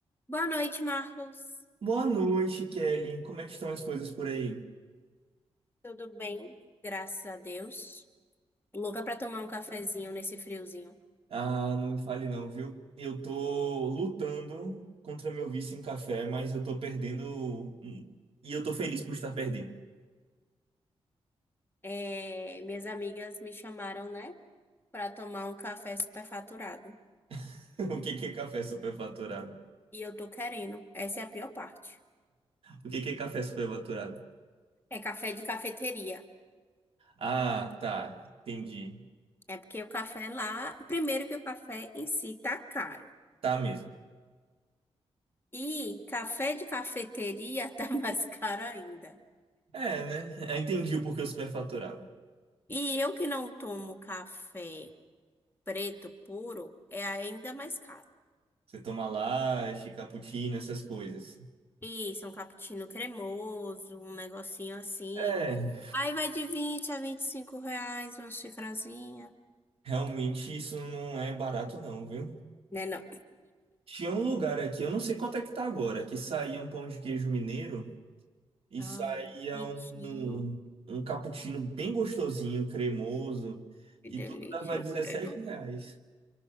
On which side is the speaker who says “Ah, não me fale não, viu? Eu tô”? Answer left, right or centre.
Right